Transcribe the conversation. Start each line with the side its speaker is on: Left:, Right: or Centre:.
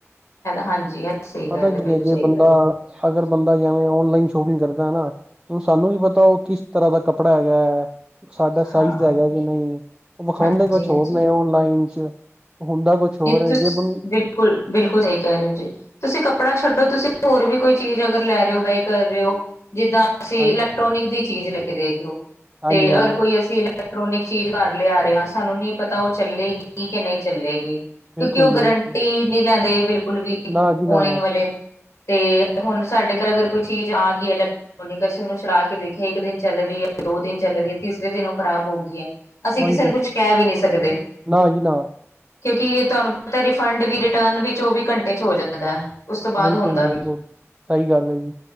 Left: ਹਾਂਜੀ, ਇਹ ਸਹੀ
Right: ਪਤਾ
Left: ਗੱਲ
Right: ਕੀ
Left: ਬਿਲਕੁਲ
Right: ਹੈ
Left: ਸਹੀ
Right: ਜੇ ਬੰਦਾ
Left: ਗੱਲ ਹੈ,
Right: ਅਗਰ ਬੰਦਾ ਵੇਂ ਔਨਲਾਈਨ ਸ਼ੋਪਿੰਗ ਕਰਦਾ ਹੈ ਨਾ ਹੁਣ ਸਾਨੂੰ ਵੀ ਪਤਾ ਉਹ ਕਿਸ ਤਰ੍ਹਾਂ ਦਾ ਕੱਪੜਾ ਹੈਗਾ ਹੈ ਸਾਡਾ ਸਾਈਜ਼
Left: ਹਾਂ,
Right: ਹੈਗਾ ਕਿ ਨਹੀਂ ਉਹ ਵਿਖਾਉਂਦੇ
Left: ਹਾਂਜੀ-ਹਾਂਜੀ।
Right: ਕੁਛ ਹੋਰ ਨੇ ਓਨਲਾਈਨ ਚ ਹੁੰਦਾ ਕੁਛ ਹੋਰ
Left: ਇਹ
Right: ਹੈ ਜੇ ਬੰ
Left: ਬਿਲਕੁਲ ਬਿਲਕੁਲ ਸਹੀ ਕਹਿ ਰਹੇ ਜੀ ਤੁਸੀਂ ਕੱਪੜਾ ਛੱਡੋ ਤੁਸੀਂ ਹੋਰ ਵੀ ਕੋਈ ਚੀਜ਼ ਅਗਰ ਲੈ ਰਹੇ ਹੋ ਬਾਏ ਕਰ ਰਹੇ ਹੋ ਜਿੱਦਾਂ। ਅਸੀਂ
Right: ਹਾਂਜੀ
Left: ਇਲੈਕਟ੍ਰੋਨਿਕ ਦੀ ਚੀਜ਼ ਲੈ ਕੇ ਦੇਖਲੋ
Right: ਹਾਂਜੀ
Left: ਤੇ
Right: ਹਾਂਜੀ
Left: ਅਗਰ ਕੋਈ ਅਸੀਂ। ਇਲੈਕਟ੍ਰੋਨਿਕ ਚੀਜ਼ ਘਰ ਲਿਆ ਰਹੇ ਆ ਸਾਨੂੰ ਨਹੀਂ ਪਤਾ ਉਹ ਚੱਲੇਗੀ ਕਿ ਨਹੀਂ ਚੱਲੇਗੀ। ਕਿਉਂਕਿ
Right: ਬਿਲਕੁਲ
Left: ਉਹ ਗਰੰਟੀ
Right: ਜੀ ਬਿਲਕੁਲ
Left: ਨਹੀਂ ਲੈਂਦੇ ਬਿਲਕੁਲ ਵੀ
Right: ਨਾ ਜੀ ਨਾ
Left: ਓਨਲਾਈਨ ਵਾਲੇ ਤੇ। ਹੁਣ ਸਾਡੇ ਘਰ ਅਗਰ ਕੋਈ ਚੀਜ਼ ਆ ਗਈ ਐ ਇਲੈਕ। ਨੀ ਅਸੀਂ ਉਹਨੂੰ ਛੜਾ ਕੇ ਦੇਖਿਆ ਇੱਕ ਦਿਨ ਚੱਲ ਰਹੀ ਹੈ ਦੋ ਦਿਨ ਚੱਲ ਰਹੀ ਹੈ ਤੀਸਰੇ ਦਿਨ ਉਹ ਖਰਾਬ ਹੋ ਗਈ ਹੈ। ਅਸੀਂ
Right: ਉਹੀ
Left: ਕਿਸੇ
Right: ਤੇ
Left: ਨੂੰ ਕੁਛ ਕਹਿ ਵੀ ਨਹੀਂ ਸਕਦੇ।
Right: ਨਾ ਜੀ ਨਾ
Left: ਕਿਉਂਕਿ ਤੁਹਾਨੂੰ ਪਤਾ ਰਿਫੰਡ ਵੀ ਰਿਟਰਨ ਵੀ ਚੌਵੀ ਘੰਟੇ ਚ ਹੋ ਜਾ। ਉਸ ਤੋਂ ਬਾਅਦ
Right: ਬਿਲਕੁਲ
Left: ਹੁੰਦਾ ਵੀ
Right: ਬਿਲਕੁਲ ਸਹੀ ਗੱਲ ਹੈ ਜੀ